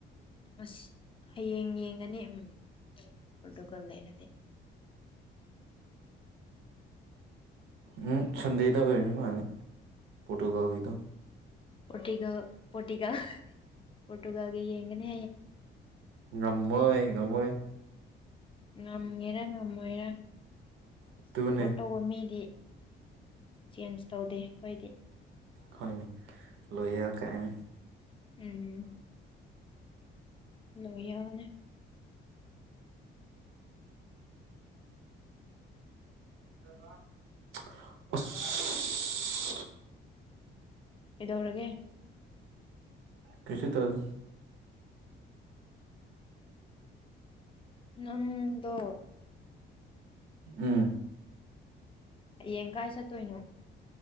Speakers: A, on the left; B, on the right.
A: ꯑꯁ ꯍꯌꯦꯡ ꯌꯦꯡꯒꯅꯤ ꯎꯝ ꯄꯣꯔꯇꯨꯒꯜꯗꯔꯗꯤ
B: ꯎꯝ ꯁꯟꯗꯦꯗ ꯑꯣꯏꯔꯅꯤ ꯃꯥꯅꯤ ꯐꯣꯇꯣꯒꯥꯎꯒꯤꯗꯣ
A: ꯄꯣꯇꯤꯒ ꯄꯣꯇꯤꯒ ꯄꯣꯇꯨꯒꯒꯤ ꯌꯦꯒꯅꯦ
B: ꯉꯝꯃꯣꯏ ꯉꯝꯃꯣꯏ
A: ꯉꯝꯒꯦꯔꯥ ꯉꯝꯃꯣꯏꯔ
B: ꯑꯗꯨꯅꯦ
A: ꯁꯞꯄꯣꯔꯠ ꯇꯧꯕ ꯃꯤꯗꯤ ꯆꯦꯟꯖ ꯇꯧꯗꯦ ꯑꯩꯣꯏꯗꯤ
B: ꯍꯣꯏꯅꯦ ꯂꯣꯏ ꯀꯥꯏ
A: ꯎꯝ ꯎꯝ ꯂ ꯌꯥꯅꯦ
B: ꯑꯣ
A: ꯀꯩꯗꯧꯔꯒꯦ
B: ꯀꯁꯨ ꯇꯖ
A: ꯅꯪꯗꯣ
B: ꯎꯝ
A: ꯍꯌꯦꯡ ꯀꯥꯏ ꯆꯠꯇꯣꯏꯅꯣ